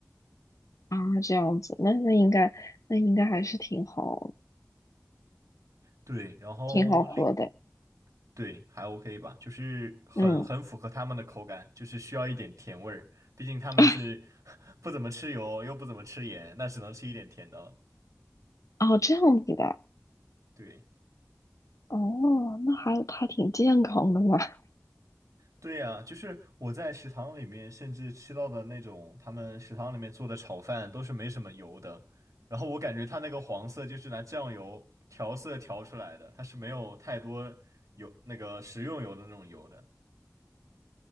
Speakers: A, on the left (about 80°); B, on the right (about 85°).
A: 啊，这样子，那那应该那应该还是挺好，
B: 对，然后另
A: 挺好喝的。
B: 对还 OK 吧，就是很很符合他们的口感，
A: 嗯，
B: 就是需要一点甜味儿，毕竟他们是
A: <laughs>
B: <laughs> 不怎么吃油，又不怎么吃盐，那只能吃一点甜的了。
A: 哦，这样子的，
B: 对。
A: 哦，那还还挺健康的嘛。<laughs>
B: 对呀，就是我在食堂里面甚至吃到的那种他们食堂里面做的炒饭都是没什么油的，然后我感觉它那个黄色就是拿酱油调色调出来的，它是没有太多油那个食用油的那种油的。